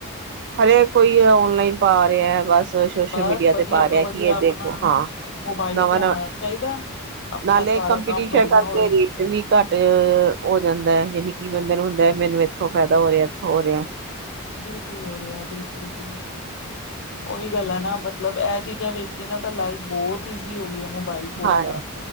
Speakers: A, on the right (about 50°); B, on the left (about 55°).
A: ਹਰੇਕ ਕੋਈ ਔਨਲਾਈਨ ਪਾ ਰਿਹਾ ਹੈ ਬਸ ਸੋਸ਼ਲ
B: ਬਸ
A: ਮੀਡੀਆ
B: ਵਧੀਆ
A: ਤੇ ਪਾ
B: ਤੋਂ
A: ਰਿਹਾ
B: ਵਧੀਆ
A: ਕਿ ਇਹ
B: ਆਪਣਾ
A: ਦੇਖੋ ਹਾਂ
B: ਮੋਬਾਇਲ
A: ਨਵਾਂ
B: ਫੋਨ
A: ਨਵਾਂ
B: ਚਾਹੀਦਾ ਆਪਣਾ
A: ਨਾਲੇ
B: ਸਾਰਾ
A: ਕੰਪੀਟੀਸ਼ਨ
B: ਕੰਮ ਬੜੀਆ
A: ਕਰਕੇ
B: ਹੋ ਰਿਹਾ
A: ਰੇਟ ਵੀ ਘੱਟ ਹੋ ਜਾਂਦਾ ਹੈ ਯਾਨੀ ਕਿ ਬੰਦੇ ਨੂੰ ਲੈ ਮੈਨੂੰ ਇੱਥੋਂ ਫਾਇਦਾ ਹੋ ਰਿਹਾ ਇੱਥੋਂ ਹੋ ਰਿਹਾ
B: ਬਿਲਕੁਲ ਹੋ ਰਿਹਾ ਬਿਲਕੁਲ ਜੀ। ਉਹੀ ਗੱਲ ਹੈ ਨਾ ਮਤਲਬ ਇਹ ਚੀਜ਼ਾਂ ਵੇਖੀਏ ਨਾ ਤਾਂ ਲਾਈਫ ਬਹੁਤ ਈਜ਼ੀ ਹੋ ਗਈ ਹੈ, ਹੁਣ। ਮੋਬਾਈਲ ਫੋਨਾਂ
A: ਹਾਂ